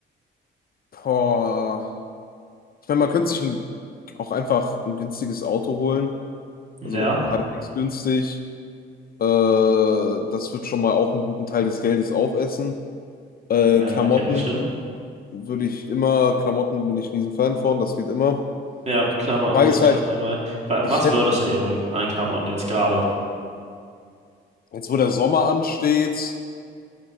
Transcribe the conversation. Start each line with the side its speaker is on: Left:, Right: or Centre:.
Left: Boah. Ich meine, man könnte sich ein, auch einfach ein günstiges Auto holen.
Right: Ja,
Left: Also halbwegs günstig. Äh, das wird schon mal auch einen guten Teil des Geldes aufessen. Äh,
Right: ja,
Left: Klamotten
Right: okay, das stimmt.
Left: würde ich immer, Klamotten bin ich riesen Fan von, das geht immer.
Right: Ja, Klamotten
Left: Frage
Right: bin
Left: ist
Right: ich
Left: halt,
Right: auch dabei. Wa-
Left: Ich
Right: Was
Left: hätte,
Right: würdest du dir holen an Klamotten jetzt gerade?
Left: jetzt wo der Sommer ansteht,